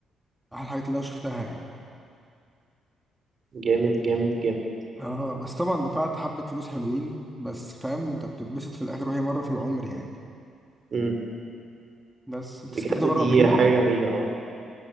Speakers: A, in the centre; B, on the right.
A: احلى الحاجات اللي انا شفتها يعني
B: جامد جامد جامد
A: اه بس طبعا دفعت حبة فلوس حلوين بس فاهم انت بتتبسط في الاخر وهي مرة في العمر يعني
B: مم.
A: بس انت
B: بجد
A: سافرت بره
B: دي
A: قبل كده
B: حاجة جميلة اه